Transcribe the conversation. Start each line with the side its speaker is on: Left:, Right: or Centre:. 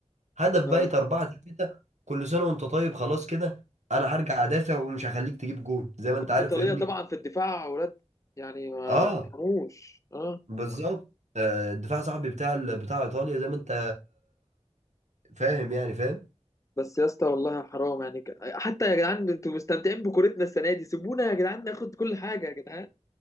Right: هدف بقت
Left: آه.
Right: 4 3 كل سنه وانت طيب خلاص كده انا هرجع ادافع ومش هخليك تجيب جون زي
Left: الكره
Right: ما انت عارف
Left: الايطاليه
Right: فاهمني
Left: طبعا في الدفاع اولاد يعني ما
Right: اه
Left: بيرحموش اه
Right: بالظبط آه، الدفاع صاحبي بتاع ال- بتاع ايطاليا زي ما انت فاهم يعني فاهم
Left: بس يا اسطى والله حرام يعني ك- حتى يا جدعان انتوا مستمتعين بكورتنا السنه دي سيبونا يا جدعان ناخد كل حاجه يا جدعان